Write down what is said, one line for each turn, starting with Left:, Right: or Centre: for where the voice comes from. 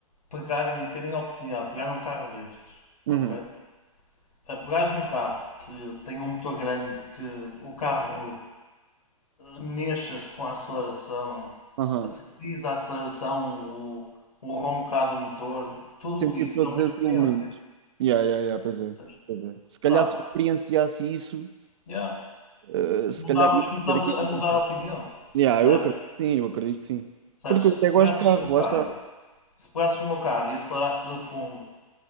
Left: pegarem, terem a oportunidade de pegar num carro destes,
Right: uhum,
Left: ok? A pegares num carro que tem um motor grande, que o carro mexa-se com a aceleração,
Right: aham,
Left: a serviço, a aceleração, o, o roncar do motor, tudo
Right: sentir
Left: isso
Right: todos
Left: é uma
Right: esses
Left: experiência.
Right: elementos. Yeah, yeah, yeah, pois é,
Left: percebes?
Right: pois é. Se calhar
Left: Pá,
Right: se experienciasse isso,
Left: yeah.
Right: eh, se
Left: Mudavas,
Right: calhar ia
Left: começavas
Right: ter aqui
Left: a
Right: com
Left: a mudar
Right: coisa.
Left: a opinião,
Right: Yeah,
Left: percebes?
Right: eu acredito, que sim, eu acredito que sim.
Left: Percebes?
Right: Porque eu até
Left: Se
Right: gosto
Left: pegasses
Right: de carros,
Left: no meu
Right: lá
Left: carro,
Right: está.
Left: se pegasses no meu carro e acelerasses a fundo